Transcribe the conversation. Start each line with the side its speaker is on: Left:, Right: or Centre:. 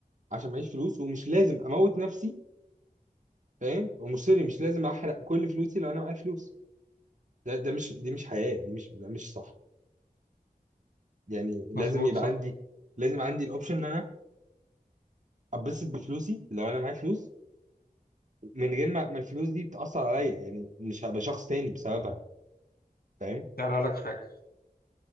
Right: عشان معيش فلوس ومش لازم اموت نفسي فاهم ومش سوري مش لازم احرق كل فلوسي لو انا معايا فلوس ده ده مش دي مش حياة دي مش ده مش صح يعني لازم
Left: مظبوط
Right: يبقى
Left: صح
Right: عندي لازم عندي الاوبشن ان انا اتبسط بفلوسي لو انا معايا فلوس من غير ما ما الفلوس دي بتأثر عليا يعني مش هبقى شخص تاني بسببها فاهم
Left: يعني اقول لك حاجة